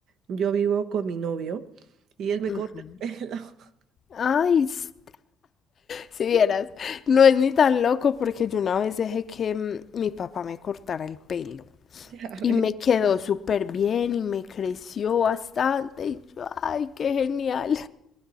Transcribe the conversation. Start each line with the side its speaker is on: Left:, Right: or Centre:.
Right: yo vivo con mi novio y él me
Left: Ujú.
Right: corta el pelo. <laughs>
Left: Ay, s- si vieras, no es ni tan loco porque yo una vez dejé que mm, mi papá me cortara el pelo.
Right: Ya
Left: Y
Right: ves.
Left: me quedó súper bien y me creció bastante. Y yo, ay, qué genial.